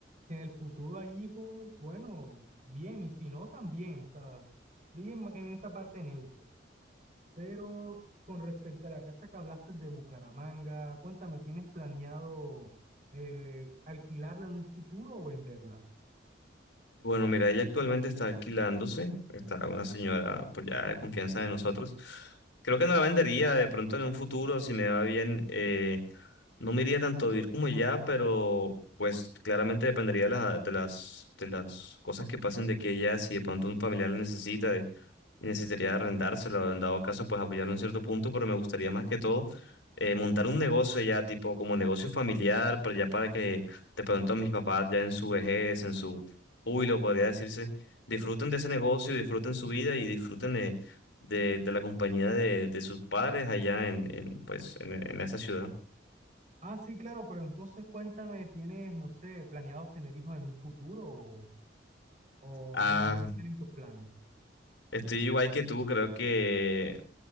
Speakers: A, on the right; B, on the left.
A: si en el futuro hay hijos, bueno, bien, y si no, también, o sea, diría en, en esta parte neutro. Pero con respecto a la casa que hablaste de Bucaramanga, cuéntame, ¿tienes planeado eh, alquilarla en un futuro o venderla?
B: Bueno, mira, ella actualmente está alquilándose, está una señora pues ya de confianza de nosotros. Creo que no la vendería de pronto en un futuro, si me va bien, eh, no me iría tanto a vivir como ya, pero pues claramente dependería de, la- de las, de las cosas que pasen de que ella, si de pronto un familiar la necesita y y necesitaría arrendársela, o en dado caso pues apoyarlo en cierto punto, pero me gustaría más que todo eh, montar un negocio ya, tipo como negocio familiar, pero ya para que de pronto mis papás ya en su vejez, en su Uy, lo podría decirse. Disfruten de ese negocio, disfruten su vida y disfruten de, de, de la compañía de, de sus padres allá en, en, pues, en, en esa ciudad.
A: Ah, sí, claro, pero entonces cuéntame, ¿tienes, no sé, planeados tener hijos en un futuro o, o
B: Ah,
A: no, no, no tienen tus planes?
B: estoy igual que tú, creo que